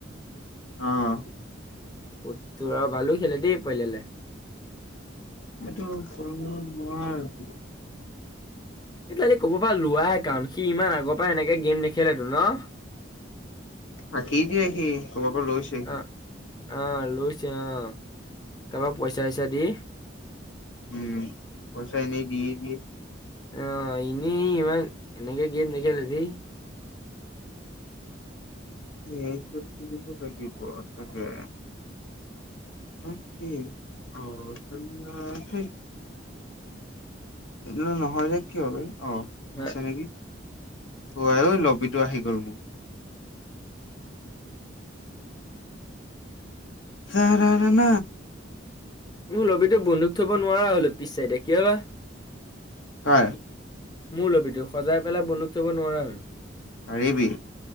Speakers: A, on the left; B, on the left.
A: অ',
B: <unintelligible> আৰু ভালো খেলে দি পইলেলে
A: এইটো <unintelligible>
B: এইডালে ক'ৰবাৰ পৰা লোৱা একাউণ্ট, সি ইমান আগৰ পৰা এনেকে গে'ম নেখেলেটো ন?
A: ফাঁকি দিয়ে সি, ক'ৰবাৰ পৰা লৈছে সি।
B: অ অ', লৈছে অ', কাৰোবাক পইচা চইচা দি।
A: উম, পইচা এনেই দিয়েই দিয়ে।
B: অ', ইনেই ই ইমান এনেকে গেম নেখেলে দেই।
A: এইটোত টিপিব লাগিব চাগে <unintelligible> এইটো নহয় যে কিয় বে, অ', হৈছে
B: হা,
A: নেকি উৱাইও ল'বিটো আহি গ'ল মোৰ। য ন ন
B: মোৰ লবিটো বন্দুক থব নোৱাৰা হ'লো পিছচাইদে কিয়বা?
A: কাৰ?
B: মোৰ লবিটো, সজাই পেলাই বন্দুক থব নোৱাৰা হ'ল।
A: পাৰিবি।